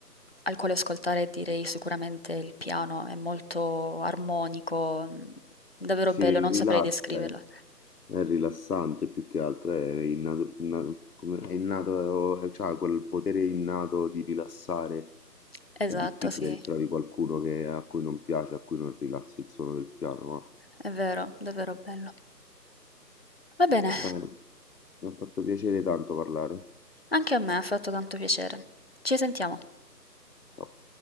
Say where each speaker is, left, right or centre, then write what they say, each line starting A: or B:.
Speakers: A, on the left; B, on the left.
A: al quale ascoltare direi sicuramente il piano, è molto armonico, mh, davvero
B: Sì,
A: bello, non
B: rilassa,
A: saprei descriverlo.
B: eh. È rilassante più che altro, è innato, innato- come- è innato, eh, c'ha quel potere innato di rilassare.
A: Esatto,
B: È difficile
A: sì,
B: che trovi qualcuno che- a cui non piace, a cui non rilassi il suono del piano, ma...
A: è vero, davvero bello. Va bene,
B: Bene, mi ha fatto piacere tanto parlare.
A: anche a me ha fatto tanto piacere. Ci sentiamo.
B: Ciao.